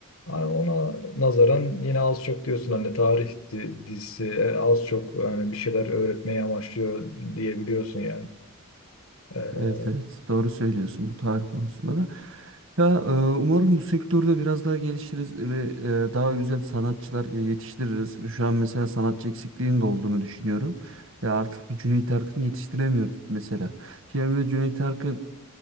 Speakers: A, on the left (about 75°); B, on the right (about 65°).
A: Yani ona nazaran yine az çok diyorsun hani tarih di- dizisi e, az çok yani bir şeyler öğretmeyi amaçlıyor diyebiliyorsun yani. Ee,
B: Evet evet doğru söylüyorsun bu tarih konusunda da. Ya e, umarım bu sektörde biraz daha gelişiriz ve e, daha güzel sanatçılar e, yetiştiririz. Şu an mesela sanatçı eksikliğinin de olduğunu düşünüyorum. Ve artık bir Cüneyt Arkın yetiştiremiyoruz mesela. Şimdi Cüneyt Arkın